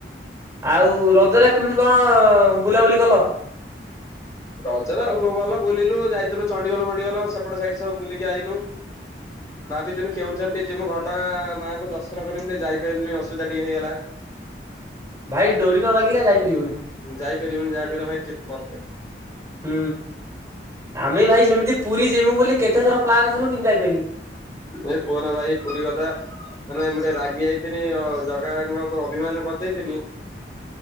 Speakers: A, on the right; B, on the left.
A: ଆଉ ରଜରେ କେମିତି କଣ? ବୁଲାବୁଲି କଲ?
B: ରଜରେ ଭ ଭଲ ବୁଲିଲୁ ଯାଇ ଥିନୁ ଚଣ୍ଡିଗଲ ଫଣ୍ଡିଗଲ ସେପଟ ସାଇଟି ସବୁ ବୁଲିକି ଆଇନୁ। ଭାବି ଥିନୁ କେଉଁଝର ଟିକେ ଯିବୁ ଘଟଗା ଆ ମାଙ୍କୁ ଦର୍ଶନ କରିମି ଟିକେ ଯାଇପାରିଲିନି ଅସୁବିଧା ଟିକେ ହେଇଗଲା। <inaudible>
A: ଭାଇ ଡୋରି ନ ଲାଗିଲେ ଯାଇପାରିବନି।
B: ଯାଇପାରିବନି ଯାହା କହଲେ ଭାଇ ଟି ପରଫେ
A: ହୁଁ ଆମେ ଭାଇ ସେମିତି ପୁରୀ ଜିମୁ ବୋଲି କେତେଥର ପ୍ଲାନ୍ କନୁ କିନ୍ତୁ ଯାଇପାରିଲିନି।
B: ଏ କୁହନା ଭାଇ ପୁରୀ କଥା। ମାନେ ମୁ ଟିକେ ରାଗି ଯାଇଥଥିଲି ଜଗାଙ୍କ ଉପ ଅଭିମାନ କରିଦେଇଥିନି।